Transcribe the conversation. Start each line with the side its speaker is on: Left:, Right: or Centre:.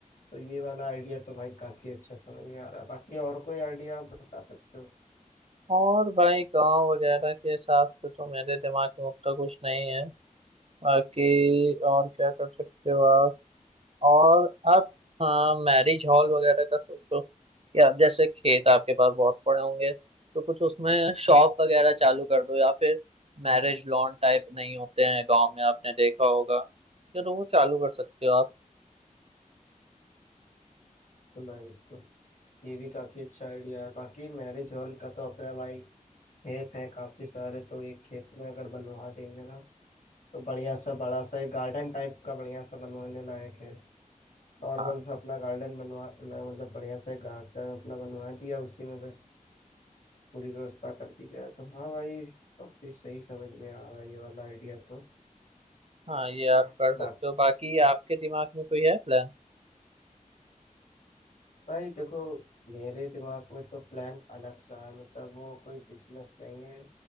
Left: तो ये वाला आइडिया तो भाई काफी अच्छा समझ में आ रहा है बाकी और कोई आइडिया आप बता सकते हो
Right: और भाई गांव वगैरह के हिसाब से तो मेरे दिमाग में उतना कुछ नहीं है बाकी और क्या कर सकते हो आप और आप हाँ, मैरिज हॉल वगैरह का सोचो कि आप जैसे खेत आपके पास बहुत पड़े होंगे तो कुछ उसमें शॉप वगैरह चालू कर दो या फिर मैरिज लॉन टाइप नहीं होते हैं गांव में आपने देखा होगा जरूर चालू कर सकते हो आप
Left: बिल्कुल भाई बिल्कुल ये भी काफी अच्छा आइडिया है बाकी मैरिज हॉल का तो अपना भाई खेत है काफी सारे तो एक खेत में अगर बनवा देंगे ना तो बढ़िया सा बड़ा सा एक गार्डन टाइप का बढ़िया सा बनवाने लायक है नॉर्मल
Right: हाँ
Left: सा अपना गार्डन बनवा ना, मतलब बढ़िया सा एक गार्डन अपना बनवा दिया उसी में बस पूरी व्यवस्था कर दी जाए तो हाँ भाई काफी सही समझ में आ रहा है ये वाला आइडिया तो
Right: हाँ ये आप कर सकते
Left: बाकी
Right: हो बाकी आपके दिमाग में कोई है प्लान
Left: भाई देखो मेरे दिमाग में तो प्लान अलग सा है मतलब वो कोई बिजनेस नहीं है